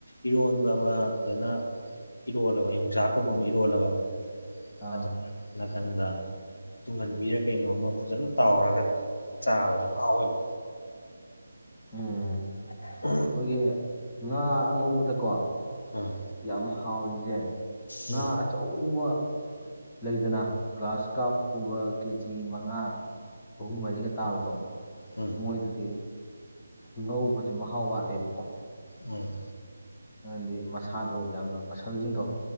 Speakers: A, on the left (about 75°); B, on the left (about 15°).
A: ꯏꯔꯣꯟꯕ ꯑꯃ ꯐꯖꯅ ꯏꯔꯣꯜꯂꯕ ꯌꯣꯡꯁꯥꯛ ꯀꯨꯝꯕ ꯑꯃ ꯏꯔꯣꯜꯂꯕ
B: ꯑꯥ
A: ꯑꯗꯨ ꯅꯥꯀꯟꯗ ꯇꯨꯡꯍꯟꯕꯤꯔ ꯀꯩꯅꯣꯝꯃ ꯐꯖꯅ ꯇꯥꯎꯔꯒ ꯆꯥꯕꯗꯣ ꯍꯥꯎꯋꯦꯕ
B: ꯎꯝ
A: <inaudible>
B: ꯑꯩꯈꯣꯏꯒꯤ ꯉꯥ ꯑꯉꯧꯕꯗꯀꯣ
A: ꯎꯝ
B: ꯌꯥꯝ ꯍꯥꯎꯔꯤꯁꯦ ꯉꯥ
A: ꯎꯝ
B: ꯑꯆꯧꯕ ꯂꯩꯗꯅ ꯒ꯭ꯂꯥꯁ ꯀꯥꯞ ꯀꯨꯝꯕ ꯀꯦꯖꯤ ꯃꯉꯥ ꯑꯍꯨꯝ ꯃꯔꯤꯒ ꯇꯥꯕꯗꯣ
A: ꯎꯝ
B: ꯃꯣꯏꯗꯗꯤ ꯉꯧꯕꯁꯦ ꯃꯍꯥꯎ ꯋꯥꯠꯂꯦꯕꯀꯣ
A: ꯎꯝ
B: ꯃꯔꯝꯗꯤ ꯃꯁꯥꯗꯣ ꯌꯥꯝꯅ ꯃꯁꯜꯁꯤꯡꯗꯣ